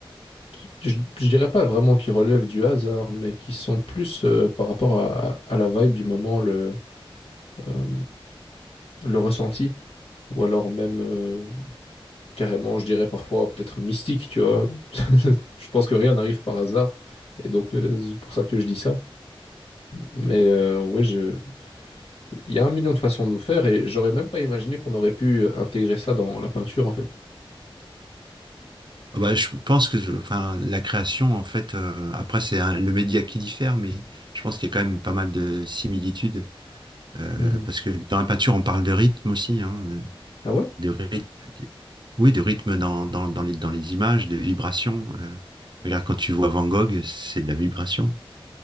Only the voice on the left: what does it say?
qui- je, je dirais pas vraiment qui relèvent du hasard, mais qui sont plus euh, par rapport à, à- à la vibe du moment, le, euh, le ressenti, ou alors même. euh, carrément, je dirais parfois peut-être mystique, tu vois. <laughs> Je pense que rien n'arrive par hasard. Et donc, euh, c'est pour ça que je dis ça. Mais euh, ouais, je... il y a un million de façons de le faire et j'aurais même pas imaginé qu'on aurait pu euh, intégrer ça dans la peinture, en fait.
Mhm.
Ah ouais?